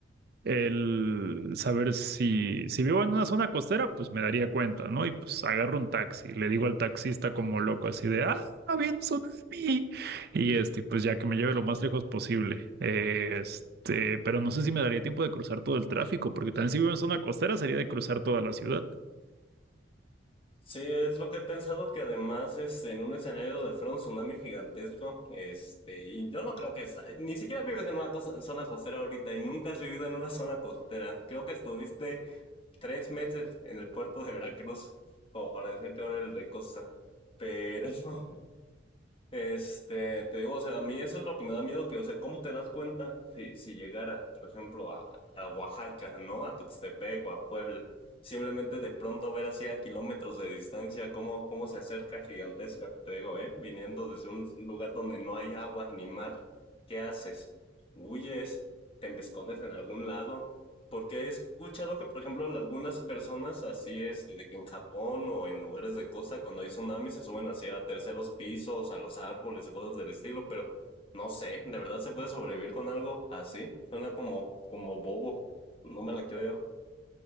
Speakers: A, on the right (about 50°); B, on the left (about 30°).
A: el saber si, si vivo en una zona costera, pues me daría cuenta, ¿no? Y pues agarro un taxi, le digo al taxista como loco así de, ah, había un tsunami. Y este, pues ya que me lleve lo más lejos posible. Eh, Este, pero no sé si me daría tiempo de cruzar todo el tráfico, porque también si vivo en zona costera sería de cruzar toda la ciudad.
B: Sí, es lo que he pensado que además este, en un escenario de front tsunami gigantesco, este, y yo no creo que sa- ni siquiera vives en una cosa- zona costera ahorita y nunca has vivido en una zona costera. Creo que estuviste tres meses en el puerto de Veracruz, como para decir que ahora eres de costa. Pero <laughs> Este, te digo, o sea, a mí eso es lo que me da miedo, que, o sea, ¿cómo te das cuenta si, si llegara, por ejemplo, a, a Oaxaca, ¿no? A Tuxtepec o a Puebla. Simplemente de pronto ver así a kilómetros de distancia cómo, cómo se acerca gigantesca, te digo, ¿eh? Viniendo desde un lugar donde no hay agua ni mar, ¿qué haces? ¿Huyes? ¿Te escondes en algún lado? Porque he escuchado que, por ejemplo, algunas personas así es, de que en Japón o en lugares de costa, cuando hay tsunamis, se suben así a terceros pisos, a los árboles, cosas del estilo, pero no sé, ¿de verdad se puede sobrevivir con algo así? Suena como, como bobo, no me la creo.